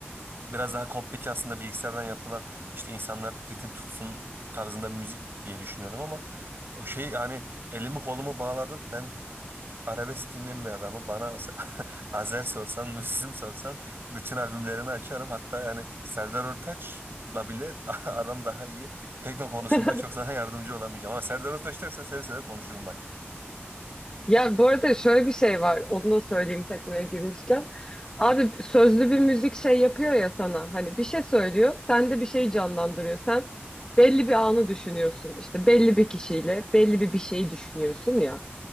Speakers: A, on the right; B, on the left.
A: biraz daha komplike aslında bilgisayardan yapılan işte insanlar ritim tutsun tarzında bir müzik diye düşünüyordum ama o şey hani elimi kolumu bağladın ben arabesk dinleyen bir adamım bana <laughs> Azer sorsan Müslüm sorsan bütün albümlerini açarım hatta yani Serdar Ortaç'la bile <laughs> aram daha iyi tekno konusunda
B: <laughs>
A: çok sana yardımcı olamayacağım ama Serdar Ortaç dersen seve seve konuşurum bak.
B: Ya bu arada şöyle bir şey var. Onu da söyleyeyim teknoya girmişken. Abi sözlü bir müzik şey yapıyor ya sana. Hani bir şey söylüyor. Sen de bir şey canlandırıyor. Sen belli bir anı düşünüyorsun. İşte belli bir kişiyle belli bir bir şeyi düşünüyorsun ya.